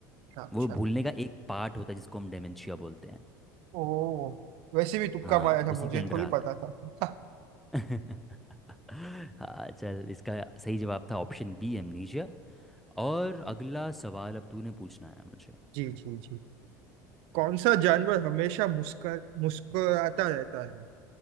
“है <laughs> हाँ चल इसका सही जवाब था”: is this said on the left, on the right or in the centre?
Centre